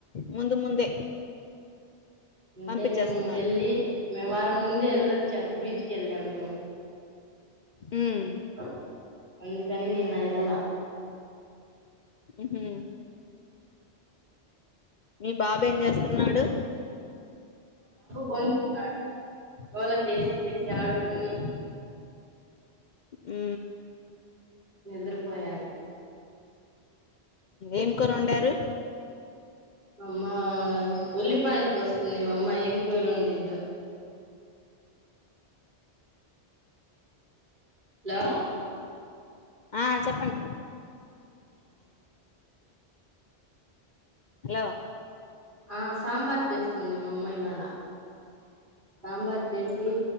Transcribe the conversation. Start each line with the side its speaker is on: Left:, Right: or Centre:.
Left: ముందు ముందే
Right: అంటే
Left: పంపించేస్తున్నారు
Right: మేము వెళ్ళి మేము వారం ముందే వెళ్ళొచ్చాం బీచ్కి వెళ్ళాం మేము.
Left: ఉమ్
Right: అ అందుకనీ నిన్న వెళ్ళలా
Left: ఉహు మీ బాబ ఏం చేస్తున్నాడు?
Right: పొనుకున్నాడు గోల చేసి చేసి ఆడుకొని
Left: ఉ
Right: నిదురపోయాడు
Left: ఏం కూర వండారు?
Right: అమ్మా ఉల్లిపాయలు కోస్తుంది మామ్మ ఏం కూర వండిద్ద హలో
Left: ఆ చెప్పండి
Right: క్యాస
Left: హలో
Right: ఆ సాంబార్ చేస్తుంది మా అమ్మాయి వాళ్ళ సాంబార్ చేసి